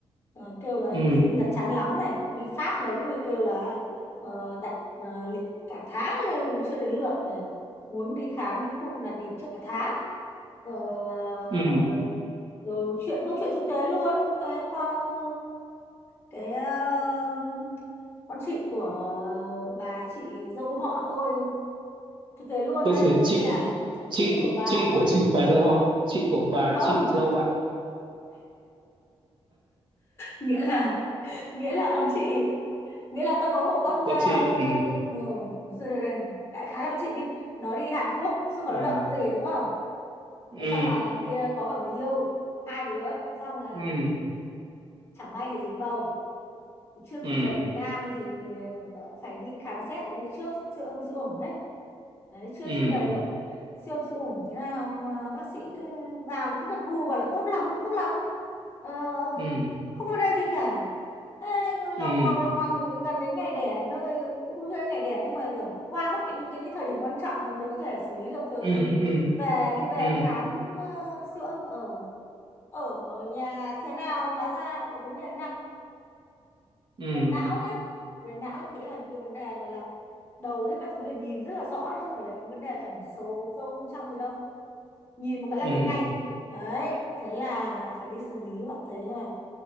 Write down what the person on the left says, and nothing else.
ờ, kêu là y
tế bên Nhật chán lắm này đi Pháp này ui kêu là ờ, đặt ờ, lịch cả tháng rồi còn chưa đến lượt này muốn đi khám đến khung đặt lịch trước cả tháng Ờ,
ờ, rồi chuyện câu chuyện thực tế luôn cái con cái ờ, con chị của bà chị dâu họ tôi thực tế luôn
đấy
nghĩa là
chị của bà
không
nghĩa là nghĩa là con chị nghĩa là tôi có một con uh,
một, rồi, rồi, rồi, đại khái là con chị đi nó đi Hàn Quốc xuất khẩu
lao động gì đúng không
thế xong là đi, ờ, có cả người yêu hai đứa thế xong là
chẳng may thì dính bầu chưa
kịp về Việt Nam thì ờ, phải đi khám xét ở bên đấy trước siêu âm siêu ổn đấy đấy chưa
chưa về được siêu âm siêu ủng thế nào mà bác sĩ cứ vào cứ gật gù bảo là tốt lắm tốt lắm ờ,
không có vấn đề gì cả Ê,
lòng ngoằng lòng ngoằng gần đến ngày đẻ nơi cũng chưa đến ngày đẻ nhưng mà kiểu qua mất cái những cái thời điểm quan trọng mà mình có thể xử lý được rồi
thì
về đi về
khám ờ, siêu âm ở ở ở nhà thế nào hóa ra lại có vấn đề nặng
về não nhé về não thì nghĩ là những cái vấn đề gọi là đầu đấy các thứ là nhìn rất là rõ đấy chứ không phải là những vấn đề ẩn sâu sâu bên trong gì đâu nhìn một cái là
thấy ngay đấy thế là phải đi xử lý bạn thấy là